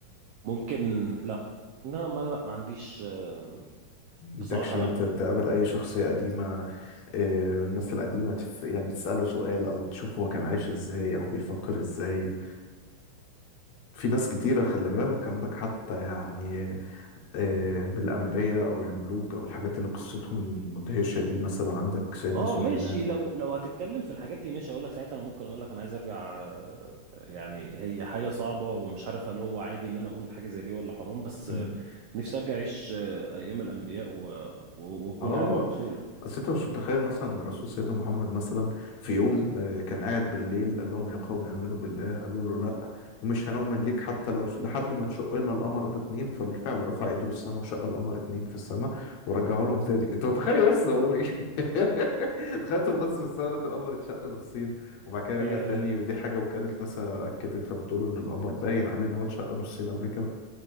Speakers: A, on the right; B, on the left.
A: ممكن لا لا ما لا ما عنديش آه،
B: بدكش
A: بصراحه لا
B: ت- تقابل اي شخصية قديمة آه، من الناس القديمة تف... يعني تسأله سؤال او تشوف هو كان عايش ازاي او بيفكر ازاي في ناس كتيرة خلي بالك عندك حتى يعني آه، بالأنبياء او الملوك او الحاجات اللي قصتهم مدهشة دي مثلا عندك سيدنا
A: اه
B: سليمان
A: ماشي لو لو هتتكلم في الحاجات دي ماشي اقول لك ساعتها انا ممكن اقول لك انا عايز ارجع آه، يعني هي حاجه صعبه ومش عارف هل هو عادي ان انا اقول حاجه زي دي ولا حرام بس
B: مم.
A: آه، نفسي ارجع اعيش آه، ايام الانبياء و- و- واكون
B: اه
A: قاعد مع الرسول <laughs>
B: اصل انت مش متخيل مثلا الرسول سيدنا محمد مثلا في
A: عليه الصلاة
B: يوم
A: والسلام.
B: آه، كان قاعد بالليل قال لهم يا قوم امنوا بالله قالوا له لا ومش هنؤمن ليك حتى لو ش- لحد ما تشق لنا القمر ده اتنين فبالفعل رفع ايده للسماء وشق القمر اتنين في السماء ورجعه لهم تاني انت متخيل بس بقول ايه <laughs> تخيلتهم بس في السماء لقيت القمر اتشق نصين وبعد كده رجع
A: آه
B: تاني ودي حاجه وكاله ناسا اكدتها بتقول ان القمر باين عليه ان هو اتشق نصين قبل كده